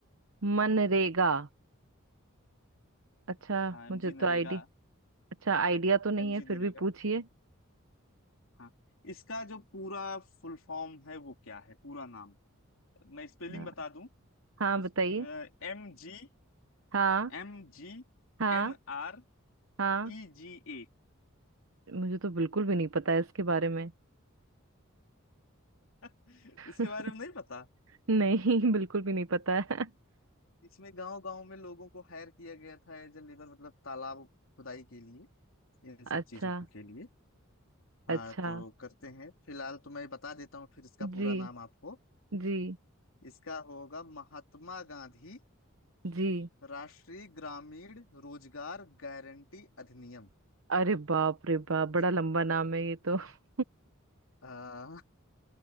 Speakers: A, on the right; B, on the left.
A: मनरेगा अच्छा
B: हाँ एमजी
A: मुझे तो
B: नरेगा
A: आईडी अच्छा आइडिया तो नहीं
B: एमजी
A: है फिर
B: नरेगा
A: भी पूछिए
B: हाँ इसका जो पूरा फुल फॉर्म है वो क्या है पूरा नाम मैं स्पेलिंग
A: हाँ
B: बता दूं
A: हाँ,
B: इस,
A: बताइए
B: M G
A: हाँ
B: M G
A: हाँ
B: N R
A: हाँ
B: E G ए
A: मुझे तो बिल्कुल भी नहीं पता है इसके बारे में
B: <laughs> इसके
A: <laughs>
B: बारे में नहीं पता
A: नहीं बिल्कुल भी नहीं पता है
B: इसमें गांव गांव में लोगों को हायर किया गया था एज ए लेबर मतलब तालाब खुदाई के लिए इन
A: <laughs> अच्छा
B: सब चीजों के लिए हाँ
A: अच्छा
B: तो करते हैं फिलहाल तो मैं बता देता हूँ फिर इसका पूरा
A: जी
B: नाम आपको
A: जी
B: इसका होगा महात्मा गांधी
A: जी
B: राष्ट्रीय ग्रामीण रोजगार गारंटी अधिनियम
A: अरे बाप रे बाप बड़ा
B: एक
A: लंबा नाम है ये तो <laughs>
B: आ,